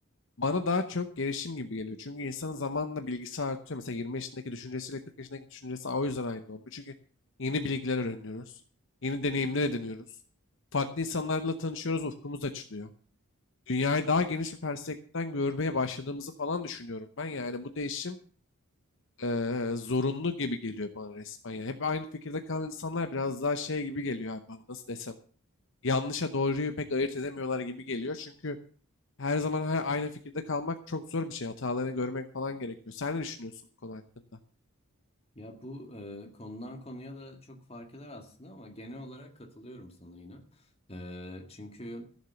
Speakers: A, on the left; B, on the left.
A: Bana daha çok gelişim gibi geliyor. Çünkü insanın zamanla bilgisi artıyor. Mesela 20 yaşındaki düşüncesiyle 40 yaşındaki düşüncesi o yüzden aynı olmuyor. Çünkü yeni bilgiler öğreniyoruz. Yeni deneyimler ediniyoruz. Farklı insanlarla tanışıyoruz, ufkumuz açılıyor dünyayı daha geniş bir perspektiften görmeye başladığımızı falan düşünüyorum ben. Yani bu değişim eee, zorunlu gibi geliyor bana resmen. Yani hep aynı fikirde kalan insanlar biraz daha şey gibi geliyor abi bana nasıl desem. Yanlışa doğruyu pek ayırt edemiyorlar gibi geliyor. Çünkü her zaman ha- aynı fikirde kalmak çok zor bir şey. Hatalarını görmek falan gerekiyor. Sen ne düşünüyorsun bu konu hakkında?
B: Ya bu e, konudan konuya da çok fark eder aslında ama genel olarak katılıyorum sana yine. E, çünkü